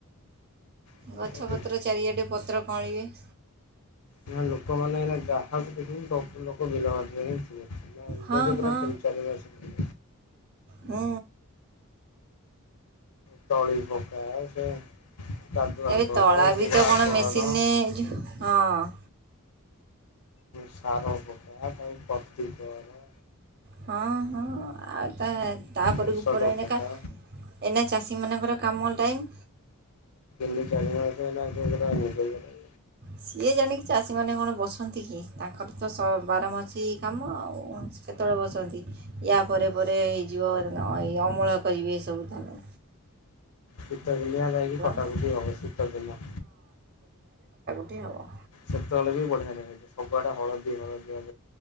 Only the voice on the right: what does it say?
ଗଛପତ୍ର ଚାରିଆଡ଼େ ପତ୍ର କ ଅଁଲିବେ।
ହଁ
ହଁ
ହୁ।
ଏବେ
ତଳା ବି
ତ କ'ଣ
ମେସିନରେ ହଁ
ହଁ ହଁ ଆଉ ତା ତାପରେ
ଉପରେ ଏନକା
ଏନା ଚାଷୀ ମାନଙ୍କର। କାମ ଟାଇମ୍।
ସିଏ ଜାଣିକି ଚାଷୀମାନେ କଣ ବସନ୍ତି କି ତାଙ୍କର ତ ବାରମାସୀ କାମ ଆଉ। କେତେବେଳେ ବସନ୍ତି ୟା ପରେ ପରେ ହେଇଯିବ ଏଇ ଅମଳ କରିବେ ଏସବୁ ଧଆନ।
ପରେ
ଆଉ।